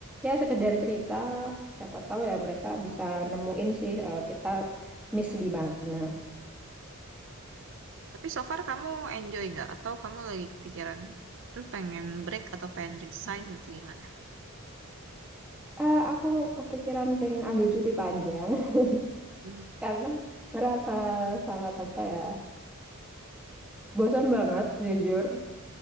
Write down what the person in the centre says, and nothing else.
ya sekedar cerita. Siapa tahu ya mereka bisa nemuin sih eh, kita miss di mana.
Eh, aku kepikiran pengen ambil cuti panjang <laughs>
karena ngerasa sangat apa ya bosan banget jujur.